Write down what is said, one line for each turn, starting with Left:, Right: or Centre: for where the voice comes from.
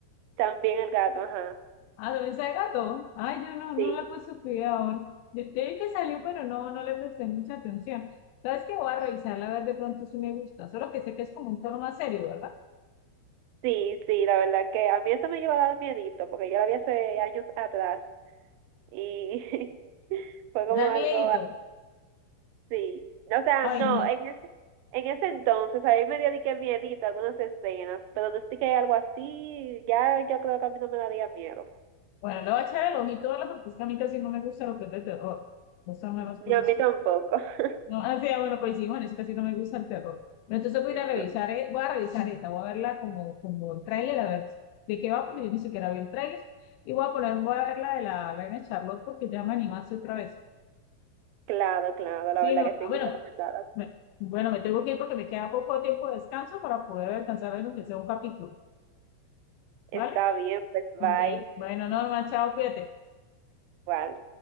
Right: También el gato, ajá.
Left: Ah, ¿dónde está el gato? Ay, yo no, no
Right: Sí,
Left: la puse cuidado. Yo, yo vi que salió, pero no, no le presté mucha atención. ¿Sabes qué? Voy a revisarla a ver de pronto si me gusta. Solo que sé que es como un tono más serio, ¿verdad?
Right: sí, sí, la verdad que a mí eso me llegó a dar miedito, porque yo la vi hace años atrás y <laughs> fue como
Left: Da
Right: algo
Left: miedito.
Right: así. O sea,
Left: Ay,
Right: no,
Left: no.
Right: en ese, en ese entonces a mí me dio de que miedito algunas escenas, pero no es de que hay algo así, ya yo creo que a mí no me daría miedo.
Left: Bueno, le voy a echar el ojito a verla porque es que a mí casi no me gusta lo que es de terror. No son las cosas.
Right: Ni a mí tampoco. <laughs>
Left: No, o sea, bueno, coincidimos en eso, casi no me gusta el terror. Pero entonces voy
Right: No,
Left: a ir a revisar, eh, voy a revisar esta, voy a verla como, como el tráiler, a ver de qué va, porque yo ni siquiera vi el tráiler. Y voy a poner, voy a ver la de la Reina Charlotte porque ya me animaste otra vez.
Right: claro, claro, la
Left: Sí,
Right: verdad
Left: no,
Right: que
Left: ah,
Right: sí, muy
Left: bueno,
Right: recomendada.
Left: me- bueno, me tengo que ir porque me queda poco tiempo de descanso para poder alcanzar a ver aunque sea un capítulo,
Right: Está
Left: ¿vale?
Right: bien, pues bye.
Left: Bien. Bueno, Norma, chao, cuídate.
Right: Igual.